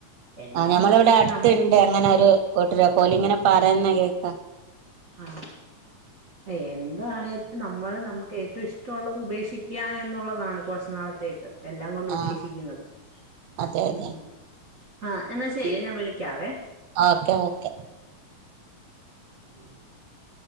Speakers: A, on the right; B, on the right.
A: എല്ലാം
B: ആ ഞമ്മള
A: പൊതുവെ
B: ഇവിടെ അടുത്ത്ണ്ട്
A: നമ്മ
B: അങ്ങനെ ഒരു കൂട്ടര് അപോ ഓല് ഇങ്ങനെ പറയുന്ന കേക്കാ
A: ആ എ അതാണെലും നമ്മള് നമുക്ക് ഏറ്റവും ഇഷ്ടള്ളത് ഉപേക്ഷിക്കാ എന്നുള്ളതാണ് കൊർച് നാളത്തേക്ക് എല്ലാം കൊണ്ട് ഉദ്ദേശിക്കുന്നത്
B: ആഹ് അതെ
A: ഉം
B: അതെ
A: ആ എന്നാ ശെ ഞാൻ വിളിക്കാവേ
B: ഓക്കെ ഓക്കെ
A: <inaudible>